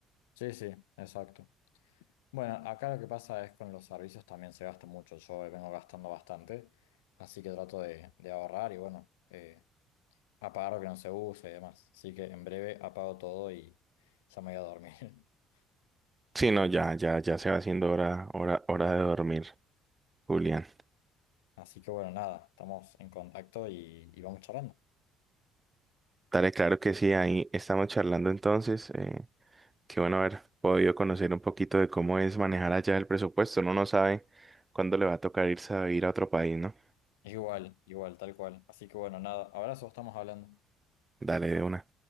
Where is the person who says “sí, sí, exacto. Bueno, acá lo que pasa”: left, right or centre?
Left